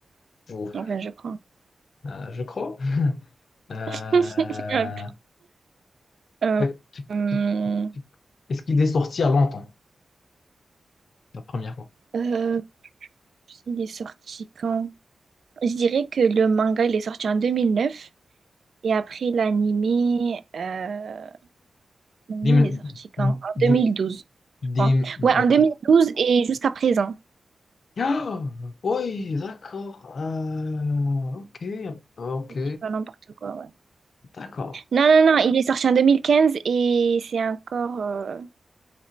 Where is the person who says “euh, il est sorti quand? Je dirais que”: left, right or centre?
Right